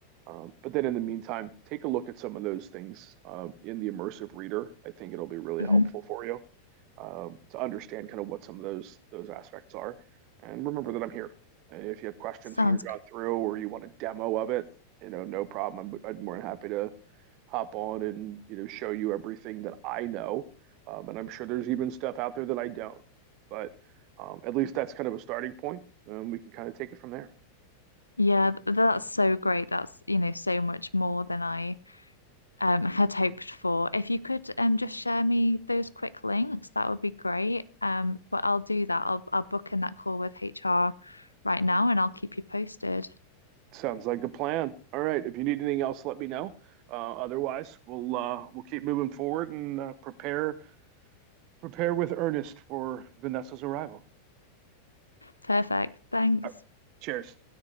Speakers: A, on the right; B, on the left.
A: Um, but then in the meantime, take a look at some of those things um, in the immersive reader. I think it'll be really
B: hmm
A: helpful for you um, to understand kind of what some of those those aspects are. And remember that I'm here. And if you have questions
B: Sounds,
A: as you're going
B: gr-
A: through or you want a demo of it, you know, no problem. I'm, I'm more than happy to hop on and, you know, show you everything that I know. Um, and I'm sure there's even stuff out there that I don't. But um, at least that's kind of a starting point. And we can kind of take it from there.
B: yeah, th- that's so great. That's, you know, so much more than I um, had hoped for. If you could um, just share me those quick links, that would be great. Um, but I'll do that. I'll, I'll book in that call with HR right now and I'll keep you posted.
A: Sounds like a plan. All right. If you need anything else, let me know. Uh, otherwise, we'll uh, we'll keep moving forward and uh, prepare prepare with earnest for Vanessa's arrival.
B: Perfect. Thanks.
A: All right. Cheers.